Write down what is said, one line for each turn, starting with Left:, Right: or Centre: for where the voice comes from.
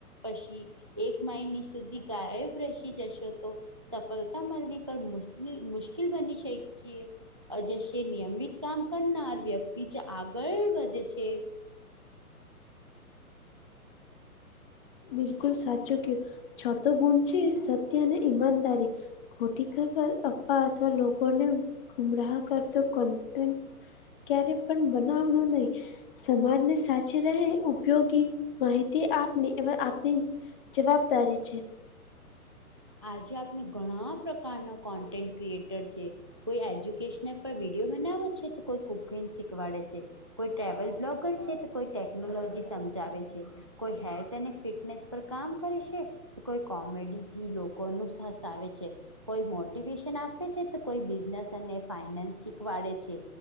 Right: પશી એક માઈની સુધી ગાયબ રસી જશો તો સફળતા મળવી પણ મુશ્કેલ બની શકીએ. નિયમિત કામ કરનાર વ્યક્તિ જ આગળ વધે છે.
Left: બિલકુલ સાચું કું છતો ગુણ છે સત્ય અને ઈમાનદારી ખોટી ખબર આપવા અથવા લોકોને ગુમરાહ કરતો કોન્ટ ક્યારે પણ બનાવનું નહીં. સમાજને સાચી રહે ઉપયોગી માહિતી આપને. એવા આપની જ જવાબદારી છે.
Right: આજે આપણે ઘણા પ્રકારના કોન્ટેન્ટ ક્રિએટર છે. કોઈ એજ્યુકેશનલ પર વિડીિયો બનાવે છે તો કોઈ કુકિંગ શીખવાડે છે. કોઈ ટ્રવલ બ્લોગર છે તો કોઈ ટેકનોલોજી સમજાવે છે. કોઈ અને હેલ્થ અને ફિટનેસ કામ કરે છે કોઈ કોમેડી થી લોકો ન સાસ આવે છે. કોઈ મોટિવેશન આપે છે તો કોઈ બીજનેસ અને ફાઈનાન્સ શીખવાડે છે.